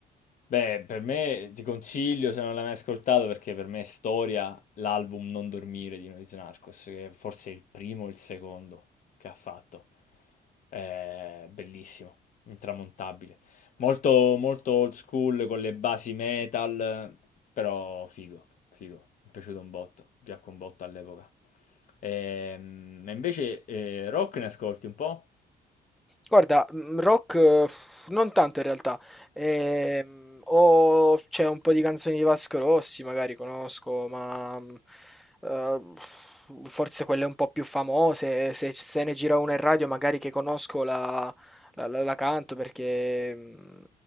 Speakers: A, on the left; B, in the centre.
A: Beh, per me ti consiglio se non l'hai mai ascoltato perché per me è storia l'album Non dormire di Noyz Narcos, che è forse il primo o il secondo che ha fatto. È bellissimo, intramontabile. Molto, molto old school con le basi metal, però figo, figo. Mi è piaciuto un botto, piacque un botto all'epoca. Ehm, E invece eh, rock ne ascolti un po'?
B: Guarda, mhmm, rock eh, non tanto in realtà. Ehm, o c'è un po' di canzoni di Vasco Rossi, magari conosco, ma, mhmm, uhm, forse quelle un po' più famose, se c se ne gira una in radio magari che conosco la la la la canto perché mhmm,